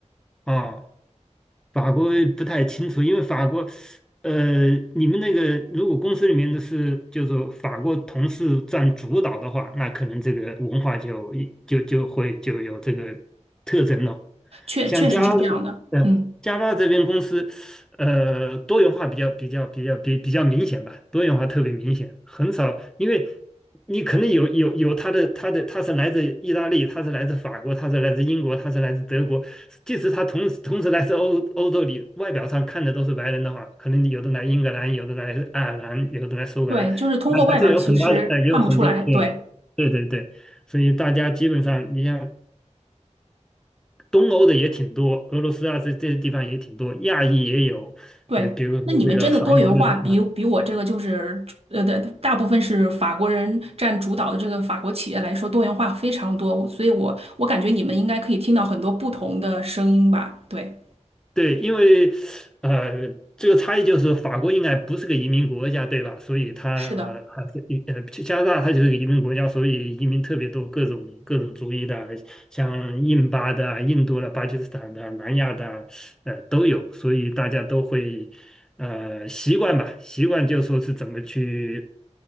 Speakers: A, in the centre; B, on the right.
A: 哦。法国不太清楚，因为法国，呃，你们那个如果公司里面的是就是说法国同事占主导的话，那可能这个文化就就就会就有这个特征了。
B: 确确实是这样的，
A: 像加嗯，
B: 嗯，
A: 呃，加拿大这边公司，呃，多元化比较比较比较比比较明显吧，多元化特别明显，很少，因为你可能有有有他的他的他是来自意大利，他是来自法国，他是来自英国，他是来自德国，即使他同时同时来自欧欧洲里，外表上看的都是白人的话，可能有的来英格兰，有的来爱尔兰，有的来苏格兰，
B: 对，就是通过外表其实看不出来，
A: 还还是有很大的呃，也有很多对对对对，
B: 对。
A: 所以大家基本上你像。东欧的也挺多，俄罗斯啊这这些地方也挺多，亚裔也有，
B: 对，
A: 呃，比如说这个韩国这边啊，
B: 那你们真的多元化比比我这个就是呃的大部分是法国人占主导的这个法国企业来说，多元化非常多，所以我我感觉你们应该可以听到很多不同的声音吧？对，
A: 对，因为呃这个差异就是法国应该不是个移民国家，对吧？所以它呃还是一呃加拿大它就是个移民国家，
B: 是的，
A: 所以移民特别多，各种各种族裔的，像印巴的啊印度的、巴基斯坦的啊、南亚的啊呃都有，所以大家都会。呃，习惯吧，习惯就说是怎么去